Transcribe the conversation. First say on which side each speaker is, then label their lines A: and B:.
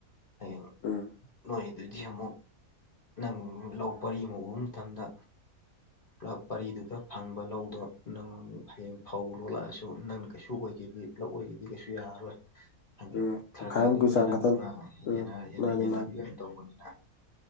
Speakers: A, on the left (about 40°); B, on the left (about 70°).
A: ꯍꯌꯦꯡ
B: ꯎꯝ
A: ꯅꯣꯏ ꯑꯗꯨ ꯗꯤ ꯑꯃꯨꯛ ꯅꯪ ꯂꯧ ꯄꯔꯤ ꯑꯃ ꯎꯕ ꯃꯇꯝꯗ
B: <inaudible>
A: ꯀ꯭ꯂꯞ ꯄꯔꯤꯗꯨꯗ ꯐꯪꯕ ꯂꯧꯗꯣ ꯅꯪ ꯍꯌꯦꯡ ꯐꯧ ꯂꯣꯜꯂꯛꯑꯁꯨ ꯅꯪꯅ ꯀꯩꯁꯨ ꯑꯣꯏꯒꯦꯗꯤ ꯄꯨꯂꯞ ꯑꯣꯏꯒꯤꯗꯤ ꯀꯩꯁꯨ ꯌꯥꯔꯣꯏ
B: <inaudible>
A: ꯍꯥꯏꯕꯗꯤ ꯊꯔꯒ
B: ꯇꯪꯈꯥꯏꯃꯨꯛꯀꯤ
A: ꯑꯗꯨꯨꯝ
B: ꯆꯥꯡ
A: ꯌꯦꯟꯅꯕ
B: ꯈꯛꯇꯅꯤ
A: ꯑ
B: ꯎꯝ
A: ꯌꯦꯟꯅꯕꯤꯌ
B: ꯃꯥꯅꯤ ꯃꯥꯅꯤ
A: ꯑꯣꯏꯅ ꯇꯧꯕꯅꯤꯅ